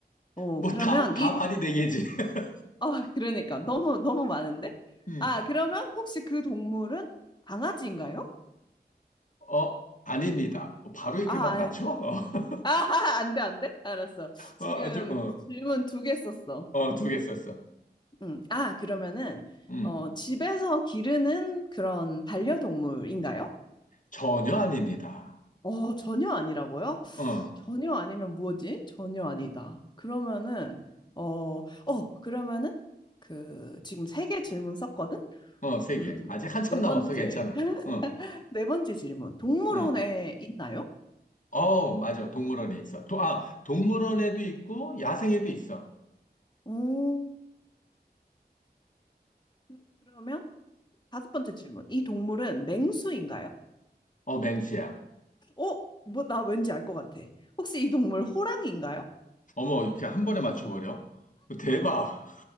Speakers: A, on the left (about 25°); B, on the left (about 50°).
A: 어,
B: 뭐
A: 그러면
B: 다, 다
A: 이,
B: 말이 네 개지. <laughs>
A: 어, 그러니까. 너무, 너무 많은데?
B: 음.
A: 아, 그러면 혹시 그 동물은 강아지인가요?
B: 어, 아닙니다. 바로 이렇게
A: 아,
B: 막 맞춰?
A: 아,
B: <laughs>
A: 아, 안 돼, 안 돼? 알았어. 지금
B: 어, 아주, 어,
A: 질문 두 개 썼어.
B: 어, 두 개 썼어.
A: 음. 아, 그러면은,
B: 음.
A: 어, 집에서 기르는 그런 반려동물인가요?
B: 전혀 아닙니다.
A: 어, 전혀 아니라고요?
B: 어,
A: 전혀 아니면 뭐지? 전혀 아니다. 그러면은, 어, 어, 그러면은, 그, 지금 세 개 질문 썼거든?
B: 어, 세
A: 음,
B: 개. 아직 한참
A: 네
B: 남았어.
A: 번째.
B: 괜찮아.
A: <laughs>
B: 어,
A: 네 번째 질문. 동물원에
B: 응.
A: 있나요?
B: 어, 맞아. 동물원에 있어. 도, 아, 동물원에도 있고, 야생에도 있어.
A: 오, 그- 그러면 다섯 번째 질문. 이 동물은 맹수인가요?
B: 어, 맹수야.
A: 어? 뭐, 나 왠지 알 것 같아. 혹시 이 동물 호랑이인가요?
B: 어머, 이렇게 한 번에 맞춰버려. 대박.